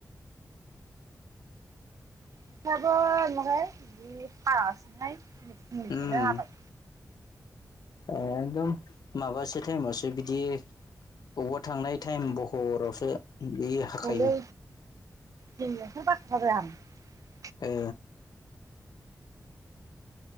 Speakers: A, on the right; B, on the left.
A: अखायाबो नुयाखै जि फासिनोहाय उ फुनिखौनो
B: उम
A: हाबाय
B: एकदम माबासो टाइमावसो बिदि बबावबा थांनाय टाइम बहरावसो जि हाखायो
A: औलै दिनै <unintelligible>
B: ए